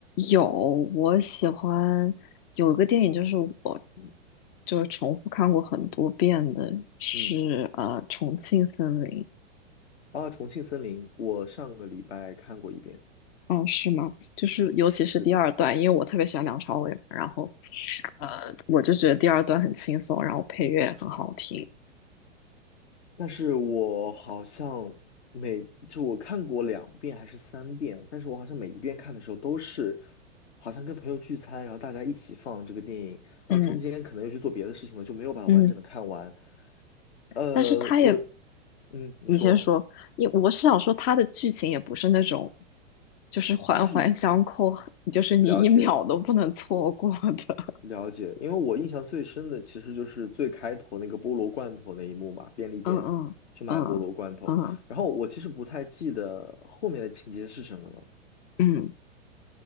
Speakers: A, on the left; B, on the left.
A: 有，我喜欢有一个电影，就是我
B: 嗯
A: 就是重复看过很多遍的，是呃《重庆森林》。
B: 嗯，啊，《重庆森林》，我上个礼拜看过一遍。
A: 哦，是吗？就是尤其是第二段，
B: 是的。
A: 因为我特别喜欢梁朝伟，然后呃，我就觉得第二段很轻松，然后配乐也很好听。
B: 但是我好像每，就我看过两遍还是三遍，但是我好像每一遍看的时候都是，好像跟朋友聚餐，然后大家一起放这个电影，然后中间可能又去做别的事情了，
A: 嗯
B: 就没有把它完整的看完。
A: 嗯，
B: 呃，
A: 但是他也
B: 我，嗯，你说，
A: 你先说，因我是想说它的剧情也不是那种，就是环环相扣，
B: 就是
A: 就是你一秒都不能错过的。
B: 了解
A: <laughs>
B: 了解，因为我印象最深的其实就是最开头那个菠萝罐头那一幕嘛，便利店去买菠萝罐头，
A: 嗯嗯嗯嗯
B: 然后我其实不太记得后面的情节是什么了。
A: 嗯，